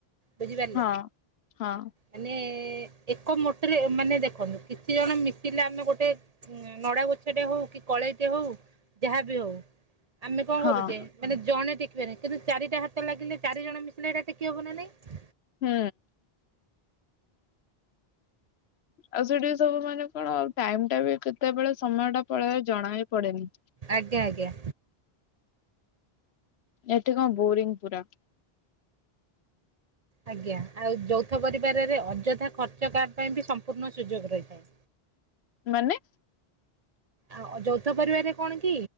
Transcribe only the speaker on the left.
ହଁ ହଁ
ହଁ
ହୁଁ। ଆଉ ସେଠି ସବୁ ମାନେ କଣ ଟାଇମ ଟା ବି କେତେବେଳେ ସମୟ ଟା ପଳାଏ ଜଣା ହେ ପଡେନି।
ଏଠି କଣ ବୋରିଂ ପୁରା।
ମାନେ